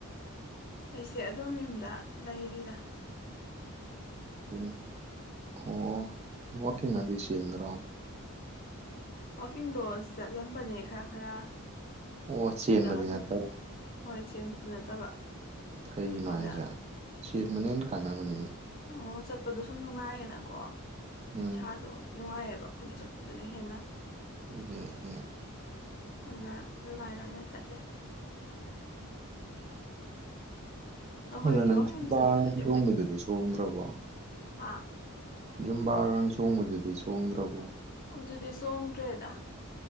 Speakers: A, on the left (about 45°); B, on the right (about 30°).
A: ꯑꯩꯁꯦ ꯑꯗꯣꯝ ꯌꯨꯝꯗ ꯂꯩꯔꯤꯔ
B: ꯎ ꯑꯣ ꯋꯥꯀꯤꯗꯁꯟ꯭ꯔꯣ
A: ꯋꯥꯋꯥꯛꯀꯤꯡ ꯗꯣꯁ ꯆꯠꯂꯝꯕꯅꯦ ꯈꯔ ꯈꯔ
B: ꯑꯣ ꯆꯦꯟꯕꯗꯤ
A: ꯑꯗ ꯍꯧꯖꯤꯛ
B: ꯅꯠꯇꯕ
A: ꯍꯣꯏ ꯆꯦꯟꯕꯗꯨ ꯅꯠꯇꯕ
B: ꯀꯔꯤꯅꯣ
A: ꯑꯗ
B: ꯍꯥꯏꯖꯦ ꯆꯦꯠ ꯃꯅꯦꯟ ꯀꯥꯟꯅꯕꯅꯤ
A: ꯑꯣ ꯆꯠꯄꯗꯣ ꯁꯨꯝ ꯅꯨꯡꯉꯥꯏꯌꯦꯅꯀꯣ
B: ꯎꯝ
A: ꯏꯁꯥꯗꯣ ꯅꯨꯡꯉꯥꯏꯌꯦꯕꯣ ꯑꯩꯈꯣꯏꯗ ꯆꯠꯄꯗꯨꯅ ꯍꯦꯟꯅ
B: ꯌꯦ ꯌꯦ
A: ꯑꯗꯨ ꯑꯗꯨꯃꯥꯏꯅ ꯑꯣꯏꯅ ꯆꯠꯂꯦ ꯑꯩꯈꯣꯏꯗꯤ
B: ꯑꯗꯨꯗ ꯅꯪ
A: ꯋꯥꯛꯀꯤꯡꯗ
B: ꯆꯕꯥ
A: ꯆꯠꯄꯗꯨꯗꯤ
B: ꯆꯣꯡꯕꯗꯨꯗꯤ ꯆꯣꯡꯗ꯭ꯔꯕꯣ
A: ꯍꯥꯥ
B: ꯌꯖꯨꯝꯕꯥꯒ ꯆꯣꯡꯕꯗꯨꯗꯤ ꯆꯣꯡꯗ꯭ꯔꯕꯣ
A: ꯑꯗꯨꯗꯤ ꯆꯣꯡꯗ꯭ꯔꯦꯗ